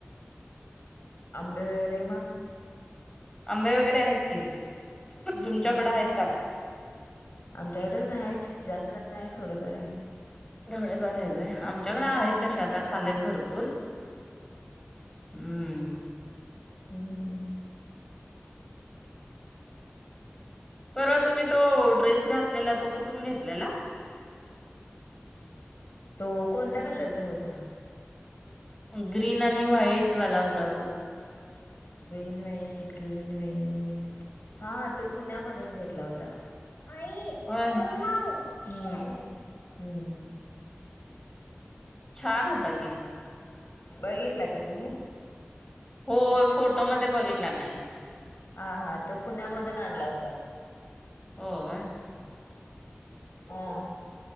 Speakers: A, on the left; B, on the left.
A: आंबे वगैरे मग
B: आंबे वगैरे आहेत की
A: हम्म
B: तुमच्याकड
A: हम्म
B: आहेत का
A: आमच्याकडे पण आहेत जास्त नाही थोडेफार आहेत
B: थोडेफार आहेत होय आमच्याकडे आहेत
A: हम्म
B: तशे आता खालेत भरपूर हम्म
A: हम्म-हम्म
B: परवा तुम्ही तो ड्रेस घातलेला तो कुठून घेतलेला
A: आदिराज तो कोणत्या कलर चा होता
B: ग्रीन आणि व्हाईट वाला होता बघा
A: ग्रीन, व्हाईट - ग्रीन, व्हाईट हा तो पुण्या मधून घेतला होता आई
B: होय
A: सरु माऊ शी आल्या हम्म
B: छान होता की
A: बघितला का तुम्ही?
B: होय, फोटोमध्ये बघितला मी.
A: हा हा, तो पुण्यामधून आणला होता.
B: होय
A: हां.